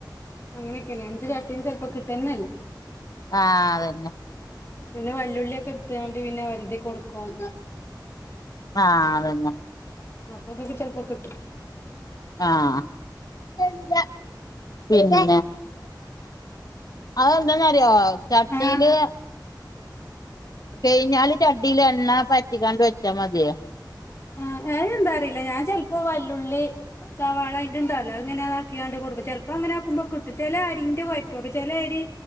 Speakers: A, on the left; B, on the left.
A: അങ്ങനെയൊക്കെയ ഇച്ച് ചട്ടീന്ന് ചെലപ്പോ കിട്ടുന്നല്ലേ
B: ആഹ് അതന്നെ
A: പിന്നെ വല്ലുള്ളിയെക്കെ ഇട്ത്തങ്ങാണ്ട് പിന്നെ ഒരതി കൊടുക്കും
B: ആഹ് അതന്നെ
A: ആപ്പൊക്കെപ്പം ചെലപ്പം കിട്ടും
B: ആഹ് തെരൂല പിന്നെ അതെന്താന്നറിയോ ചട്ടിയില്
A: ആഹ്
B: കഴിഞ്ഞാല് ചടിൽണ പറ്റിക്കാണ്ട് വെച്ചാ മതിയേ
A: ആഹ് അത് എന്താ അറീല്ല ഞാൻ ചെൽപ്പോ വല്ലുള്ളി ചവാളെെ ൻ ഇ ഉണ്ടല്ലോ അങ്ങനെ അതാക്കിാണ്ട് കൊടുക്കും ചിലപ്പോ അങ്ങനെ ആക്കുമ്പോ കിട്ടും ചില അരിന്റെ കുയ്പൊക്കെ ചെല അരി